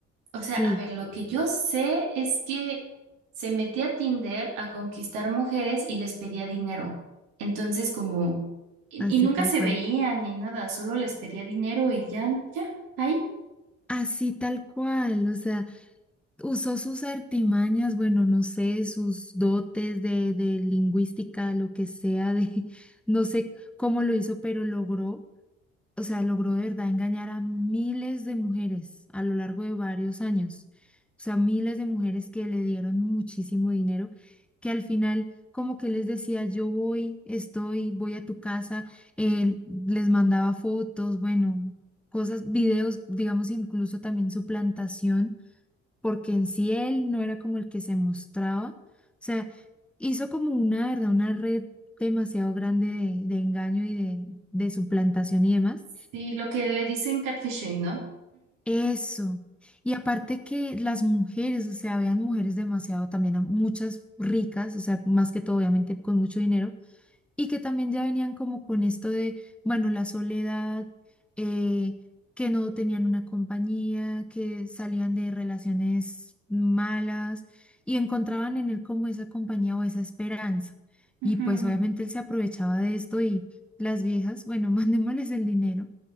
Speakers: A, on the right (about 65°); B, in the centre.
A: O sea,
B: sí,
A: a ver, lo que yo sé es que se metía a Tinder a conquistar mujeres y les pedía dinero. Entonces, como, y,
B: así
A: y nunca
B: tal
A: se
B: cual.
A: veían ni nada, solo les pedía dinero y ya, ya, ahí.
B: Así tal cual, o sea, usó sus artimañas, bueno, no sé, sus dotes de, de lingüística, lo que sea, de, <laughs> no sé cómo lo hizo, pero logró o sea, logró de verdad engañar a miles de mujeres a lo largo de varios años. O sea, miles de mujeres que le dieron muchísimo dinero, que al final como que les decía, yo voy, estoy, voy a tu casa, él les mandaba fotos, bueno, cosas, videos, digamos, incluso también su plantación, porque en sí él no era como el que se mostraba. O sea, hizo como una, ¿verdad? Una red demasiado grande de, de engaño y de, de suplantación y demás.
A: Sí, lo que le dicen catfishing, no
B: Eso. Y aparte que las mujeres, o sea, habían mujeres demasiado también, muchas ricas, o sea, más que todo, obviamente, con mucho dinero, y que también ya venían como con esto de, bueno, la soledad, eh, que no tenían una compañía, que salían de relaciones malas y encontraban en él como esa compañía o esa esperanza.
A: Ujú,
B: Y pues obviamente él se aprovechaba de esto y las viejas, bueno, <laughs> mandémosles el dinero